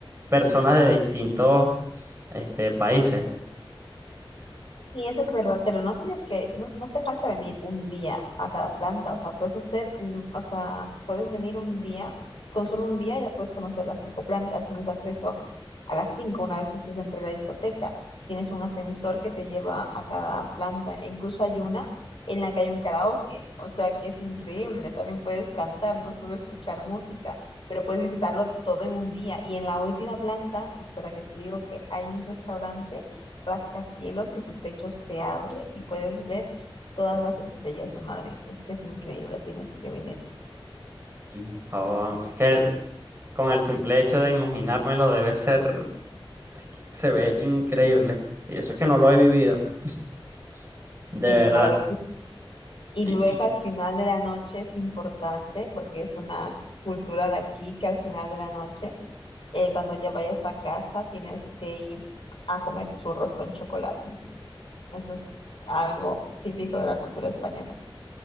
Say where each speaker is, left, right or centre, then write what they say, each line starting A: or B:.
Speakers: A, on the right; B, on the left.
A: personas de distintos este, países.
B: Sí, eso es verdad, pero no tienes que, no, no hace falta venir un día a cada planta, o sea, puedes hacer, el- o sea, puedes venir un día, pues, con solo un día ya puedes conocer las cinco plantas, tienes acceso a las cinco una vez que estés dentro de la discoteca, tienes un ascensor que te lleva a cada planta, e incluso hay una en la que hay un karaoke, o sea, que es increíble, también puedes cantar, no solo escuchar música, pero puedes visitarlo todo en un día, y en la última planta, espera que te digo que hay un restaurante rascacielos que su techo se abre y puedes ver todas las estrellas de Madrid. Es que es increíble, tienes que venir.
A: Y, oh, es que con el simple hecho de imaginármelo debe ser, se ve increíble, y eso es que no lo he vivido. <laughs> De
B: Sí,
A: verdad.
B: la verdad. que- Y
A: Y,
B: luego
A: y
B: al final de la noche es importante porque es una cultura de aquí que al final de la noche, eh, cuando ya vayas a casa, tienes que ir a comer churros con chocolate. Eso es algo típico de la cultura española.